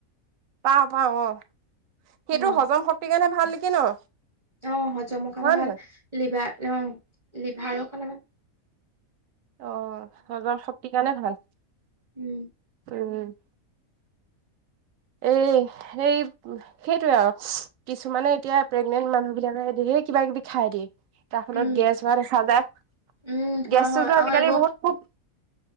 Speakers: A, on the right; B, on the right.
A: পাৱ পাৱ। সেইটো
B: উম
A: হজম শক্তিৰ কাৰণে ভাল লি ক ন
B: অ' হজম খা
A: হয় নহয়
B: ভাল। লিবাৰ। অ' লিভাৰৰ কাৰণামে
A: আহ। সজৰ শক্তিৰ কাৰণে ভাল।
B: উম
A: উম। এই সেই সেইটয়ে আৰু কিছুমানে এতিয়া প্ৰেগনেন্ট মানুহ বিলাকে ধৰ কিবা কিবি খাই দিয়ে। তাৰ ফলত
B: উম
A: গেছ ম স যায়
B: উম হয়
A: গেছটোতো
B: হয় আৰু
A: আজিকালি
B: এইবোৰ
A: বহুত খুব।